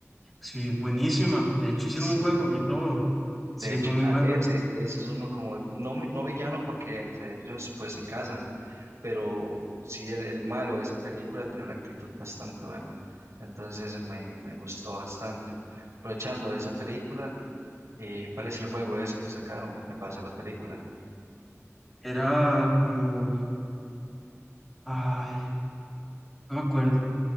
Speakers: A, in the centre; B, on the right.
A: Sí, buenísima. De hecho, hicieron
B: Sí.
A: un juego y todo.
B: De
A: Sí,
B: hecho,
A: fue muy
B: a
A: buena.
B: ese, ese es uno como, no, mi- no villano porque entre ellos pues se casan, pero sí el, el malo de esa película tenía una actitud bastante buena, entonces me, me gustó bastante. Aprovechando de esa película, eh, ¿cuál es el juego ese que sacaron en base a la película?
A: Era como, ay, no me acuerdo.